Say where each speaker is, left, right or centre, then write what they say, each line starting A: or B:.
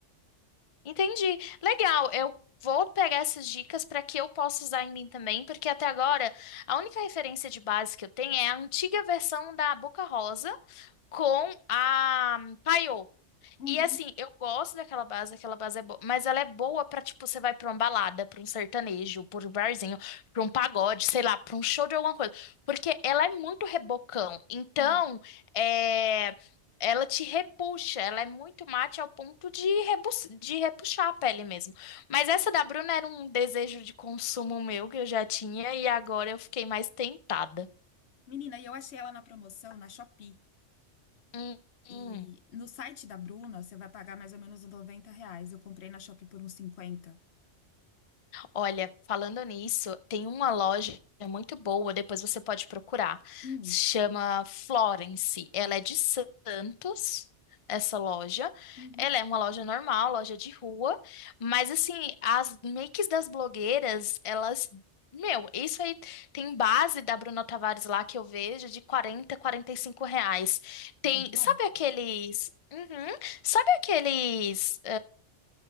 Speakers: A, on the left (about 45°); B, on the left (about 65°).
A: Entendi. Legal, eu vou pegar essas dicas para que eu possa usar em mim também, porque até agora a única referência de base que eu tenho é a antiga versão da Boca Rosa com a Paiô.
B: Uhum.
A: E assim, eu gosto daquela base, aquela base é boa, mas ela é boa pra, tipo, você vai pra uma balada, pra um sertanejo, pra um barzinho, pra um pagode, sei lá, pra um show de alguma coisa, porque ela é muito rebocão. Então,
B: Sim.
A: é, ela te repuxa, ela é muito mate ao ponto de, rebu... de repuxar a pele mesmo. Mas essa da Bruna era um desejo de consumo meu que eu já tinha e agora eu fiquei mais tentada.
B: Menina, e eu achei ela na promoção na Shopee.
A: Hum, hum.
B: E no site da Bruna, você vai pagar mais ou menos uns 90 reais. Eu comprei na Shopee por uns cinquenta
A: Olha, falando nisso, tem uma loja muito boa, depois você pode procurar.
B: Hum,
A: Se chama Florence. Ela é de Santos, essa loja.
B: Uhum.
A: Ela é uma loja normal, loja de rua, mas assim, as makes das blogueiras, elas Meu, isso aí tem base da Bruna Tavares lá que eu vejo de quarenta, quarenta e cinco reais. Tem,
B: muito bom.
A: sabe aqueles. Uhum. sabe aqueles